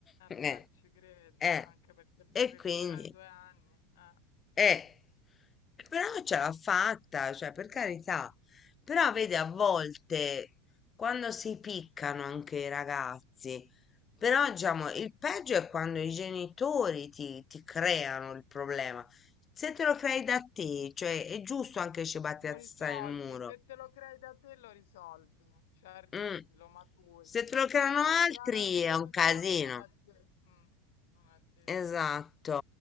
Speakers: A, on the left; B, on the left.
A: Eh,
B: beh, ci credo,
A: eh.
B: anche perché per
A: E
B: recuperare
A: quindi,
B: due anni, eh,
A: eh, però ce l'ha fatta, cioè per carità. Però vedi, a volte quando si piccano anche i ragazzi, però diciamo, il peggio è quando i genitori ti, ti creano il problema. Se te lo crei da te, cioè è giusto anche cibattiazzare
B: Lo risolvi,
A: il muro.
B: se te lo crei da te lo risolvi, ci arrivi,
A: Mm.
B: lo maturi.
A: Se te lo creano
B: Se te
A: altri
B: lo creano i genitori
A: è un casino.
B: non è de- mm, non è detto.
A: Esatto.